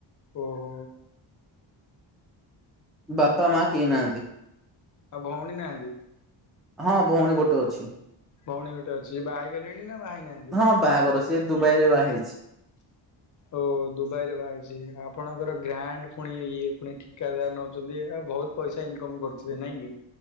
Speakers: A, on the left; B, in the centre.
A: ଓହୋ।
B: ବାପା ମାଁ କିଏ ନାହାନ୍ତି।
A: ଆଉ ଭଉଣୀ ନାହାନ୍ତି।
B: ହଁ ଭଉଣୀ ଗୋଟେ ଅଛି।
A: ଭଉଣୀ ଗୋଟେ ଅଛି ଯେ ବାହା ହୋଇ ଗଲେଣି ନା ବାହା ହେଇ ନାହାନ୍ତି?
B: ହଁ ବାହାଘର ସେ ଦୁବାଇ ରେ ବାହା ହେଇଛି।
A: ଓ ଦୁବାଇରେ ବାହା ହେଇଛି ଆପଣଙ୍କର ଗ୍ରାଣ୍ଡ ପୁଣି ଇଏ ପୁଣି ଠିକାଦାର ନେଉଛନ୍ତି ଆ ବହୁତ ପଇସା ଇନକମ କରୁିଥିବେ ନାଇଁ କି?